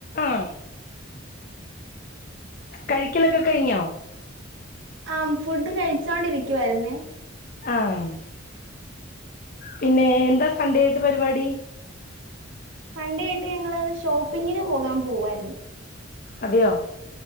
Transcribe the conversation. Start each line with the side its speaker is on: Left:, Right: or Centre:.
Left: ആഹ് കഴിക്കലൊക്കെ കഴിഞ്ഞൊ
Right: ആഹ് ഫുഡ് കഴിച്ചോണ്ടിരിക്കുവാരുന്നെ
Left: ആഹ് പിന്നെ എന്താ സൺഡെ ആയിട്ട് പരിപാടി
Right: സൺഡെ ആയിട്ട് ഞങ്ങള് ഷോപ്പിങ്ങിന് പോകാൻ പോവാരുന്നു
Left: അതെയോ